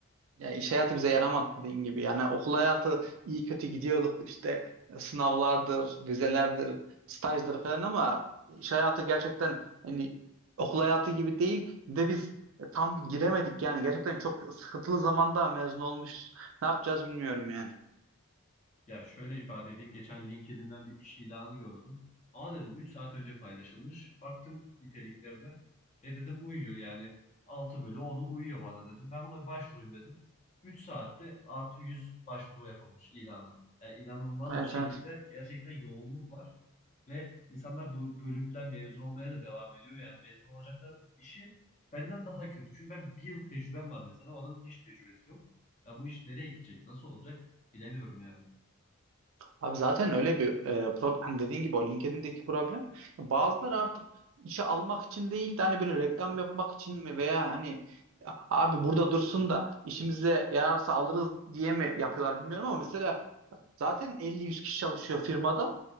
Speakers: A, on the right; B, on the left.
A: Ya iş hayatı bize yaramadı dediğin gibi. Yani okul hayatı iyi kötü gidiyorduk işte sınavlardır, vizelerdir, stajdır falan ama iş hayatı gerçekten hani okul hayatı gibi değil. Bir de biz e, tam bir giremedik yani gerçekten çok sıkıntılı zamanda mezun olmuş. Ne yapacağız bilmiyorum yani.
B: Ya şöyle ifade edeyim. Geçen LinkedIn'den bir iş ilanı gördüm. Aa dedim 3 saat önce paylaşılmış. Baktım niteliklerine. E dedim bu uyuyor yani 6 bölü onu uyuyor bana dedim. Ben buna başvurayım dedim. 3 saatte artı 100 başvuru yapılmış ilanı. Yani inanılmaz
A: Evet
B: bir şekilde
A: evet.
B: gerçekten yoğunluk var. Ve insanlar bu bölümden mezun olmaya da devam ediyor. Yani mezun olacakların işi benden daha kötü. Çünkü ben bir yıl tecrübem var mesela. O adamın hiç tecrübesi yok. Ya bu iş nereye gidecek? Nasıl olacak? Bilemiyorum yani.
A: Abi zaten öyle bir e, problem hani dediğin gibi o LinkedIn'deki problem bazıları artık işe almak için değil de hani böyle reklam yapmak için mi veya hani "A- abi burada dursun da işimize yararsa alırız diye mi yapıyorlar bilmiyorum ama mesela zaten 50-100 kişi çalışıyor firmada